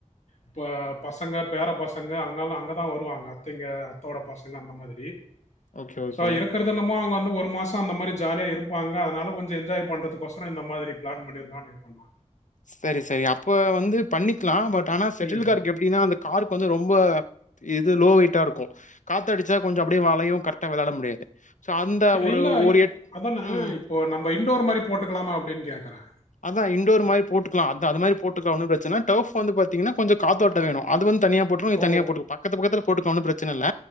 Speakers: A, on the left; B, on the left.
A: இப்ப பசங்க பேர பசங்க அங்காலு அங்கதா வருவாங்க அத்தைங்க அத்தோட பசங்க அந்த மாதிரி
B: ஓகே, ஓகே.
A: சோ இருக்கறத நம் ங்க வந்து ஒரு மாசோ அந்த மாரி ஜாலியா இருப்பாங்க அதனால கொஞ்சோ என்ஜாய் பண்றதுக்கோசரோ இந்த மாரி பிளான் பண்ணி இருக்கோ அப்டியே பண்லா
B: செரி செரி அப்ப வந்து பண்ணிக்கலா பட் ஆனா செட்டில்காரருக்கு
A: ம்.
B: எப்டின்னா அந்த கார்க்கு வந்து ரொம்ப இது லோ வெயிட்டா இருக்கு காத்த அடிச்சா கொஞ்சோ அப்டியே வழையு கரெக்டா வெளாட முடியாது ஸோ அந்த ஒரு
A: இல்ல
B: ஒரு எட்
A: அதா அண்ண
B: ம்.
A: இப்போ நம்ம இன்டோர் மாரி போட்டுக்கலாமா அப்டின்னு கேட்குறே
B: அதா இண்டோர் மாரி போட்டுக்கலா அதா அது மாரி போட்டுக்கலா ஒன்னு பிரச்சன இல்ல டேர்ஃப் வந்து பாத்தீங்கன்ன கொஞ்சோ காத்தோட்டோ வேனு இது வந்து தனியா தனியா இது
A: ஓ!
B: தனியா போட்டுவோ பக்கத்து பக்கத்தில போட்டுக்கலா ஒன்னு பிரச்சன இல்ல